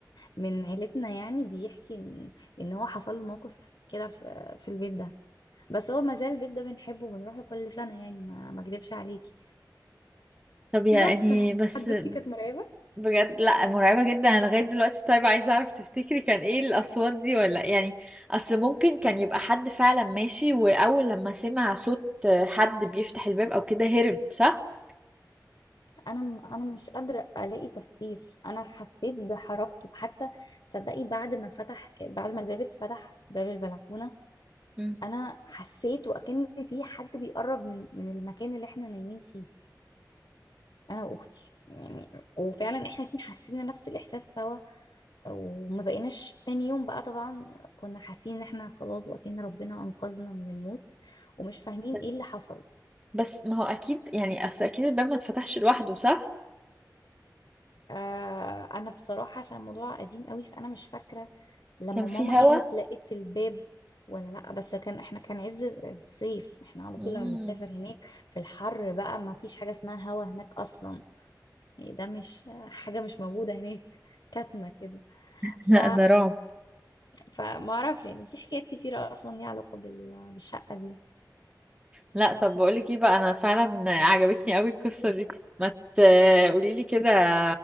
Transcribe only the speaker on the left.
من عيلتنا يعني بيحكي ان ان هو حصل له موقف كده في في البيت ده بس هو مازال البيت ده بنحبه وبنروح له كل سنة يعني ما ما اكدبش عليكي
بس
حدوتي كانت مرعبة
انا م- انا مش قادره الاقي تفسير انا حسيت بحركته حتى صدقي بعد ما فتح بعد ما الباب اتفتح باب البلكونه
انا حسيت وكأن في حد بيقرب من من المكان اللي احنا نايمين فيه انا واختي يعني وفعلا احنا الاتنين حسينا نفس الاحساس سوا وما بقيناش تاني يوم بقى طبعا كنا حاسين ان احنا خلاص وكأن ربنا انقذنا من الموت ومش فاهمين ايه
اللي حصل
آه انا بصراحه عشان الموضوع قديم قوي فانا مش فاكره لما
ماما
قامت لقيت الباب ولا لا بس كان احنا كان عز الصيف احنا على
طول لما بنسافر هناك في الحر بقى ما فيش حاجة اسمها هوا هناك اصلا يعني ده مش حاجة مش موجودة هناك كاتمة كده
ف
فما اعرفش يعني في حكايات كتيرة اصلا ليها علاقة بال... بالشقة دي